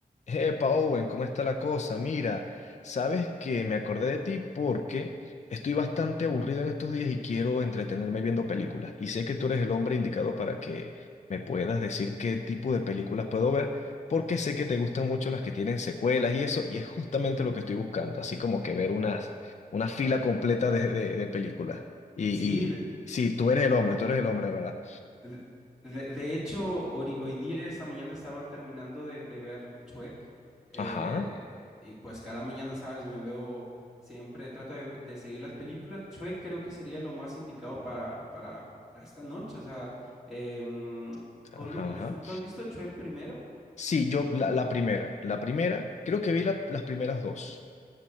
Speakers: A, on the left (about 50°); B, in the centre.
A: Epa, Owen, ¿cómo está la cosa? Mira, sabes que me acordé de ti porque estoy bastante aburrido en estos días y quiero entretenerme viendo películas. Y sé que tú eres el hombre indicado para que me puedas decir qué tipo de películas puedo ver, porque sé que te gustan mucho las que tienen secuelas y eso, y es justamente lo que estoy buscando, así como que ver unas, una fila completa de, de, de películas. Y,
B: Sí,
A: y sí, tú eres el hombre, tú eres el hombre, de ¿verdad?
B: De, de- de hecho, hori- hoy, día, esta mañana estaba terminando de, de ver Chuec, eh,
A: Ajá,
B: y pues cada mañana, sabes, me veo siempre, trato de, de seguir las películas. Chuec creo que sería lo más indicado para, para, para esta noche, o sea, em,
A: ajá,
B: cono-
A: ajá.
B: ¿tú tú has visto Chuec primero?
A: Sí, yo la, la primera, la primera, creo que vi la- las primeras dos,